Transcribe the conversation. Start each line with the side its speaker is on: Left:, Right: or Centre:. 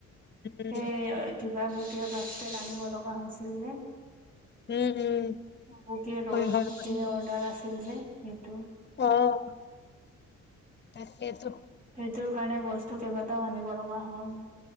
Left: উম
Right: সেই কিবা বুকে বাসকেট আনিব লগা হৈছিল যে।
Left: উম উম
Right: বুকে ৰ'জ
Left: হয় হয়
Right: বুকে অৰ্ডাৰ আছিল যে সেইটো।
Left: অ', তাকেটো।
Right: সেইটোৰ কাৰণে বস্তু কেইবাটাও আনিব লগা হ'ল,